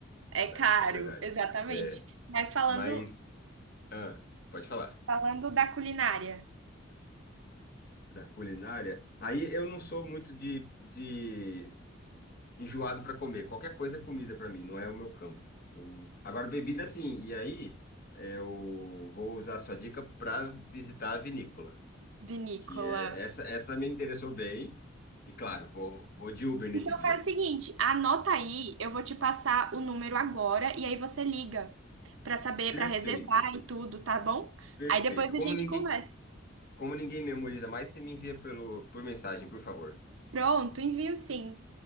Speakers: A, on the right (about 75°); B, on the left (about 50°).
A: é
B: E lá
A: caro,
B: é, é verdade.
A: exatamente.
B: É,
A: Mas falando,
B: mas, ah, pode falar.
A: falando da culinária.
B: Da culinária. Aí eu não sou muito de, de enjoado para comer. Qualquer coisa é comida para mim, não é o meu campo. Eu- Agora, bebida, sim. E aí, é, eu vou usar a sua dica para visitar a vinícola,
A: vinícola.
B: que é essa, essa me interessou bem. E claro, vou, vou de Uber nesse
A: Então
B: dia.
A: faz o seguinte, anota aí, eu vou te passar o número agora e aí você liga pra saber,
B: Perfeito,
A: pra reservar e tudo, tá bom?
B: perfeito.
A: Aí depois
B: Como
A: a gente
B: ninguém,
A: conversa.
B: como ninguém memoriza mais, você me envia pelo, por mensagem, por favor.
A: Pronto, envio sim.